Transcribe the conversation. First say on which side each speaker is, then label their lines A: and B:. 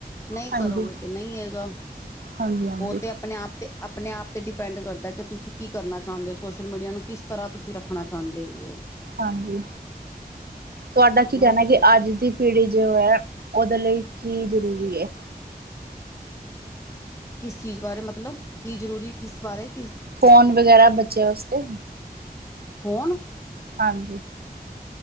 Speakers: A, on the left (about 20°); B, on the right (about 75°).
A: ਨਹੀਂ
B: ਹਾਂਜੀ।
A: ਕਰੋਗੇ ਤੇ ਨਹੀਂ ਹੈਗਾ
B: ਹਾਂਜੀ ਹਾਂਜੀ।
A: ਉਹ ਤੇ ਆਪਣੇ ਆਪ ਤੇ ਆਪਣੇ ਆਪ ਤੇ ਡਿਪੈਂਡ ਕਰਦਾ ਕਿ ਤੁਸੀਂ ਕੀ ਕਰਨਾ ਚਾਹੁੰਦੇ ਹੋ ਸੋਸ਼ਲ ਮੀਡੀਆ ਨੂੰ ਕਿਸ ਤਰ੍ਹਾਂ ਤੁਸੀਂ ਰੱਖਣਾ ਚਾਹੁੰਦੇ ਹੋ
B: ਹਾਂਜੀ ਤੁਹਾਡਾ ਕੀ
A: ਬਸ
B: ਕਹਿਣਾ ਕਿ
A: ਫਿਰ
B: ਅੱਜ ਦੀ ਪੀੜ੍ਹੀ ਜੋ ਹੈ ਉਹਦੇ ਲਈ ਕੀ ਜ਼ਰੂਰੀ ਹੈ
A: ਕਿਸ ਚੀਜ਼ ਬਾਰੇ ਮਤਲਬ ਕੀ ਜ਼ਰੂਰੀ ਹੈ ਕਿਸ ਬਾਰੇ ਕਿਸ
B: ਫੋਨ ਵਗੈਰਾ ਬਚਿਆ ਉਸਤੇ
A: ਫੋਨ
B: ਹਾਂਜੀ